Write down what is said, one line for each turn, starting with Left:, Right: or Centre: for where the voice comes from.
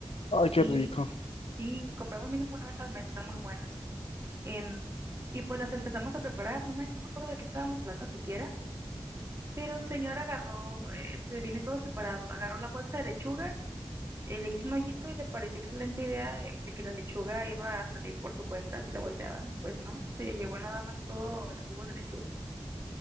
Left: ay, qué
Right: Y
Left: rico.
Right: sí, compramos mínimo una vez al mes, están muy buenas. Em, y pues las empezamos a preparar, no me, no me acuerdo de qué estábamos hablando siquiera, pero el señor agarró, eh, te viene todo separado, agarró la bolsa de lechuga eh, le hizo un hoyito y le pareció excelente idea eh, de que la lechuga iba a salir por su cuenta si la volteaban. Pues no, se llevó nada más todo el jugo de lechuga.